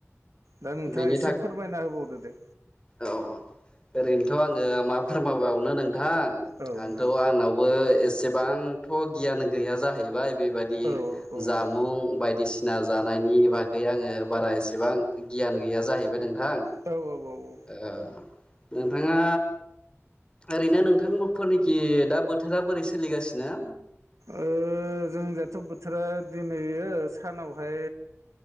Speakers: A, on the right; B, on the left.
A: दा नोंथाङा
B: बेनि
A: एसे
B: थाखाय
A: फोरमायना होबावदो दे।
B: औ ओरैनोथ' आङो मा फोरमाबावनो नों थां
A: औ नोंथां
B: आंथ' आंनावबो एसेबांथ' गियान गैया जाहैबाय। बेबादि
A: औ औ नोंथां
B: जामुं बायदिसि ना जानायनि बागै आङो बारा एसेबां गियान गैया जाहैबाय नोंथां।
A: औ औ औ औ।
B: ओ नोंथाङा ओरैनो नोंथां मोफोनिखि दा बोथोरा बोरै सोलिगासिनो?
A: ओ जोंजाथ' बोथोरा दिनैयो सानावहाय